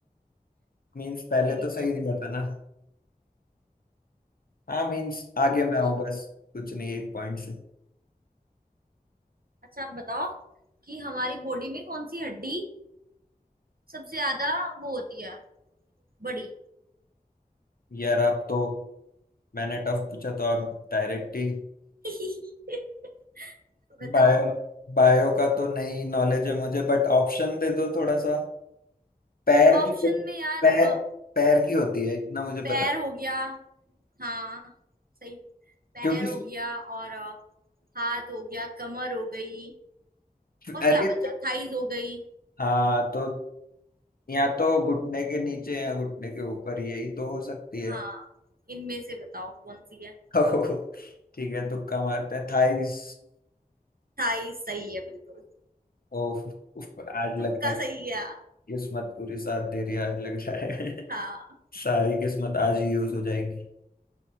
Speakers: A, on the left (about 65°); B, on the right (about 65°).
A: <laughs> मींस पहले
B: ठीक
A: तो सही
B: है फिर
A: दिया था ना हाँ मींस आगे
B: ओके
A: मैं हूँ बस कुछ नहीं एक पॉइंट से
B: अच्छा आप बताओ कि हमारी बॉडी में कौन सी हड्डी सबसे ज्यादा वो होती है बड़ी
A: यार आप तो मैंने टफ पूछा तो आप डायरेक्ट ही
B: <laughs> बताओ
A: बायो बायो का तो नहीं नॉलेज है मुझे बट ऑप्शन दे दो थोड़ा सा पैर
B: ऑप्शन
A: की तो,
B: में यार
A: पैर
B: अ,
A: पैर की होती है इतना मुझे
B: पैर
A: पता
B: हो गया हाँ सही पैर
A: क्योंकि
B: हो गया और अ, हाथ हो गया कमर हो गई और
A: अरे
B: क्या बचा थाइज हो गई
A: हाँ तो या तो घुटने के नीचे या घुटने के ऊपर यही तो हो सकती है
B: हाँ इनमें से बताओ कौन सी है
A: <laughs> ओह, ठीक है तुक्का मारते हैं थाइस
B: थाई सही है बिल्कुल
A: ओह उफ, आज
B: तुक्का
A: लग रहा है
B: सही गया
A: किस्मत पूरी साथ दे रही है आज लग रहा है
B: हाँ
A: <laughs> सारी किस्मत आज ही यूज हो जाएगी